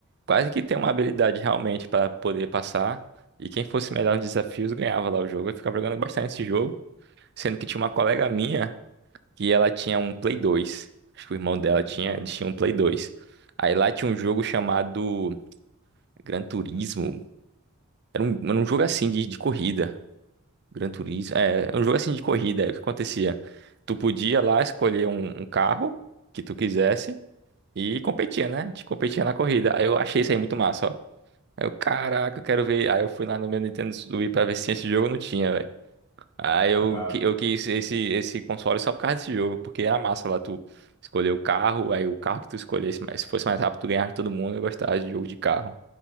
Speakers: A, on the right; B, on the left.
A: quase que ter uma habilidade realmente pra poder passar. E quem fosse melhor nos desafios ganhava lá o jogo. Eu ficava jogando bastante esse jogo, sendo que tinha uma colega minha que ela tinha um Play 2. Acho que o irmão
B: a-
A: dela tinha,
B: a-
A: eles tinham um Play 2. Aí lá tinha um jogo chamado. Gran Turismo, era um, era um jogo assim de, de corrida. Gran Turismo. É, era um jogo assim de corrida. Aí o que acontecia? Tu podia lá escolher um, um carro que tu quisesse e competia, né? Te competia na corrida. Aí eu achei isso aí muito massa, ó. Aí eu, caraca, eu quero ver. Aí eu fui lá no meu Nintendo Wii pra ver se tinha esse jogo, não tinha, velho. Aí eu,
B: tá.
A: qui- eu quis esse, esse console só por causa desse jogo, porque era massa lá tu escolher o carro, aí o carro que tu escolhesse, mas se fosse mais rápido, tu ganhava de todo mundo, eu gostava de jogo de carro.